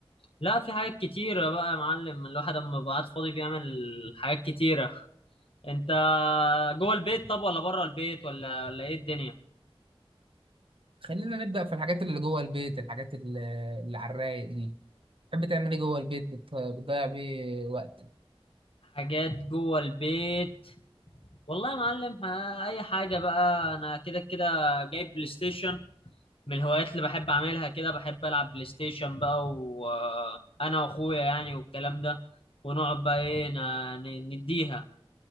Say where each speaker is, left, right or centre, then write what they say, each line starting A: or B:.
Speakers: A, on the left; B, on the right.
A: لا في حاجات كتيرة بقى يا معلم الواحد أما بيبقى قاعد فاضي بيعمل حاجات كتيرة أنت جوه البيت طب ولا بره البيت ولا ولا إيه الدنيا
B: خلينا نبدا في الحاجات اللي جوه البيت الحاجات اللي اللي على الرايق دي بتحب تعمل ايه جوه البيت بت- بتضيع بيه وقتك
A: حاجات جوه البيت والله يا معلم ها، أي حاجة بقى أنا كده كده جايب بلاي ستيشن من الهوايات اللي بحب أعملها كده بحب ألعب بلاي ستيشن بقى وأنا وأخويا يعني والكلام ده ونقعد بقى إيه ن- نديها